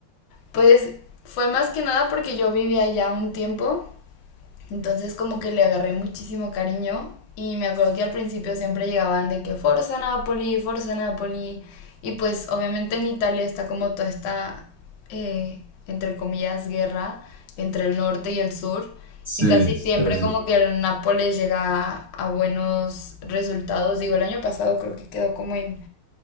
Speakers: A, on the left; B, on the right.
A: Pues fue más que nada porque yo vivía allá un tiempo Entonces como que le agarré muchísimo cariño y me acuerdo que al principio siempre llegaban de que Forza Napoli, Forza Napoli. Y pues obviamente en Italia está como toda esta, eh, entre comillas, guerra entre el norte y el sur.
B: Sí,
A: Y casi siempre
B: te voy a decir.
A: como que el Nápoles llega a, a buenos resultados. Digo, el año pasado creo que quedó como en